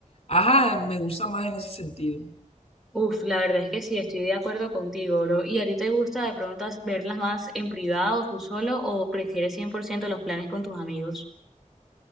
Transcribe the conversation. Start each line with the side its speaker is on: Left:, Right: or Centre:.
Left: ajá, me gusta más en ese sentido.
Centre: Uf, la verdad es que sí, estoy de acuerdo contigo, bro. ¿Y a ti te gusta de pronto as- verlas más en privado, tú solo, o prefieres 100% los planes con tus amigos?